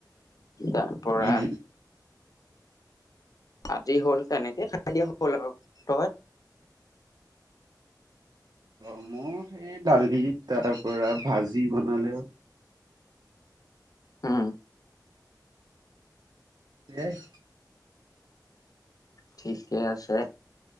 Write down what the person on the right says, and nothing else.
উম
অ মোৰ, সেই ডালি তাৰ পৰা ভাজি বনালেও।
দেহ